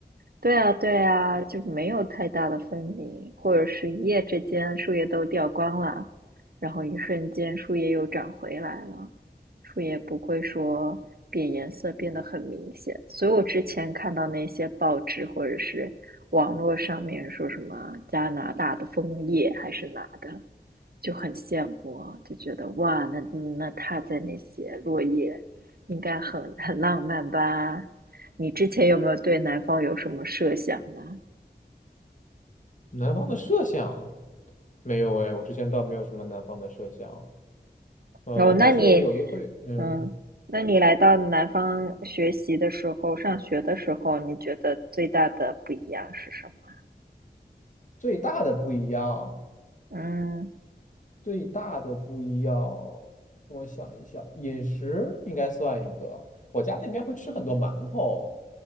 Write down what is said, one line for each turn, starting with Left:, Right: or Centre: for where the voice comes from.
Right: 对啊，对啊，就没有太大的分明，或者是一夜之间树叶都掉光了，然后一瞬间树叶又长回来了，树叶不会说变颜色变得很明显。所以我之前看到那些报纸或者是网络上面说什么加拿大的枫叶还是哪的，就很羡慕啊就觉得哇，那那他在那些落叶，应该很很浪漫吧。你之前有没有对南方有什么设想呢？
Left: 南方的设想没有哎，我之前倒没有什么南方的设想，呃，
Right: 哦，那你，
Left: 但是有一会，嗯。
Right: 嗯，那你来到南方学习的时候，上学的时候，你觉得最大的不一样是什么？
Left: 最大的不一样，
Right: 嗯，
Left: 最大的不一样，我想一想，饮食应该算一个。我家那边会吃很多馒头，